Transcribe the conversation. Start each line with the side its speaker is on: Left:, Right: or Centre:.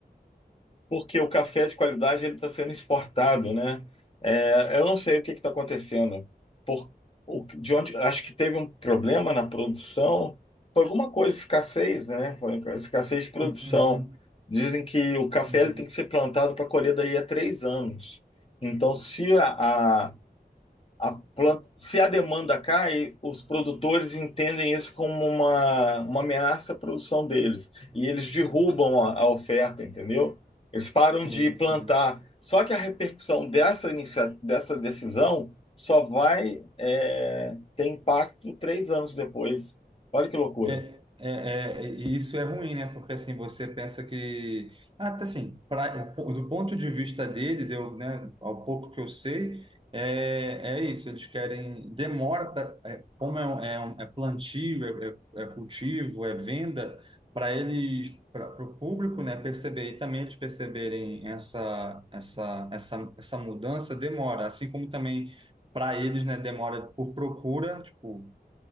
Left: porque o café de qualidade ele está sendo exportado, né? É, eu não sei o que está acontecendo. Por, o- de onde, acho que teve um problema na produção, foi alguma coisa, escassez, né? Foi escassez de produção.
Right: Uhum,
Left: Dizem que o café
Right: uhum.
Left: ele tem que ser plantado para colher daí a três anos. Então, se a, a- a planta, se a demanda cai, os produtores entendem isso como uma, uma ameaça à produção deles e eles derrubam a, a oferta, entendeu? Eles param
Right: Sim,
Left: de plantar.
Right: sim.
Left: Só que a repercussão dessa, inicia- dessa decisão só vai é, ter impacto três anos depois. Olha que loucura.
Right: É, é, é, é- e isso é ruim, né? Porque assim, você pensa que. Ah, tá assim, pra- do ponto de vista deles, eu, né, ao pouco que eu sei, é, é isso, eles querem. Demora, pra- é, como é, um- é, um- é plantio, é, é- é cultivo, é venda, para eles, para o público, né, perceber e também eles perceberem essa, essa, essa, essa mudança, demora. Assim como também para eles, né, demora por procura, tipo.